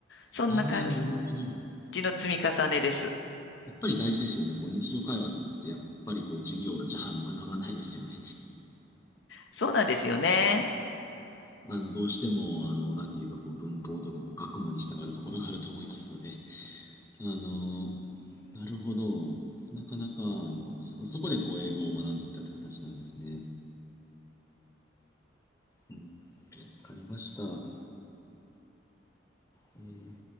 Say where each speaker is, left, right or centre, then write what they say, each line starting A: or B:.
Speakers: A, on the left (about 65°); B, on the left (about 15°).
A: そんな感
B: ああ、なるほど。
A: じの積み重ねです。
B: やっぱり大事ですよね。こう日常会話ってやっぱりこう授業じゃ学ばないですよね。
A: そうなんですよね。
B: あのどうしてもあのなんていうかこう文法とかこう学問に従うところがあると思いますので、あのなるほど。なかなかあのそ、そこでこう英語を学んでいたって形なんですね。うん、わかりました。えー